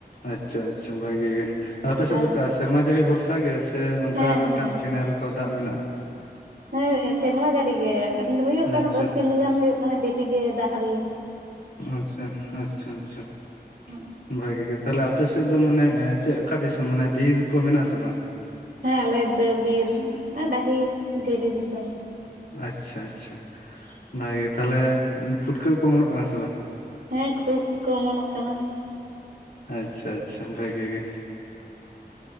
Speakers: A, on the left; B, on the right.
A: ᱟᱪᱪᱷᱟ ᱟᱪᱪᱷᱟ ᱵᱷᱟᱜᱮ ᱜᱮ, ᱟᱯᱮ ᱥᱮᱫ
B: ᱟᱨ
A: ᱫᱚ ᱠᱟᱥ ᱥᱮᱨᱢᱟ ᱡᱟᱹᱲᱤ ᱵᱷᱚᱨᱥᱟ ᱜᱮ ᱥᱮ ᱚᱝᱠᱟ
B: ᱦᱮᱸ
A: ᱟᱨᱚ
B: ᱦᱮᱸ
A: ᱮᱴᱟᱜ ᱠᱮᱱᱮᱞ ᱠᱚ ᱫᱟᱜ ᱢᱮᱱᱟᱜᱼᱟ?
B: ᱦᱮᱸ, ᱥᱮᱨᱢᱟ ᱡᱟᱹᱲᱤ ᱜᱮ ᱟᱸᱰ ᱦᱩᱭᱩᱜ ᱠᱟᱱᱟ,
A: ᱟᱪᱪᱷᱟ
B: ᱫᱚᱥ ᱫᱤᱱ ᱜᱟᱱ ᱦᱩᱭᱩᱜ ᱠᱟᱱᱟ᱾ ᱫᱤᱞᱤ ᱜᱮ ᱫᱟᱜ ᱟᱞ
A: ᱟᱸᱪᱪᱷᱟ, ᱟᱸᱪᱪᱷᱟ-ᱪᱷᱟ᱾
B: ᱦᱮᱸ
A: ᱵᱷᱟᱜᱤ ᱜᱮ ᱛᱟᱞᱮ ᱟᱯᱮᱥᱮᱫ ᱫᱚ ᱢᱟᱱᱮ ᱮᱸ ᱪᱮᱜ ᱠᱟ ᱫᱤᱥᱚᱢ, ᱢᱟᱱᱮ ᱵᱤᱨ ᱠᱚ ᱢᱮᱱᱟᱜᱼᱟ ᱟᱥᱮ ᱵᱟᱝ?
B: ᱦᱮᱸ, ᱟᱞᱮ ᱫᱟᱹ ᱵᱤᱨ ᱟᱸ ᱰᱟᱹᱦᱤ, ᱫᱷᱤᱨᱤ ᱫᱤᱥᱚᱢ᱾
A: ᱟᱪᱪᱷᱟ-ᱪᱷᱟ, ᱵᱟᱜᱮ ᱜᱮ ᱛᱷᱟᱞᱮ ᱩᱸ ᱯᱷᱩᱴᱠᱟᱹ ᱠᱚ ᱚᱢᱚᱱᱚᱜ ᱠᱟᱱᱟ ᱥᱮ ᱵᱟᱝ?
B: ᱦᱮᱸ, ᱠᱷᱩᱵ ᱠᱚ ᱚᱢᱚᱱᱚᱜ ᱠᱟᱱᱟ᱾
A: ᱟᱪᱪᱷᱟ-ᱟᱪᱪᱷᱟ, ᱵᱷᱟᱹᱜᱤ ᱜᱮ᱾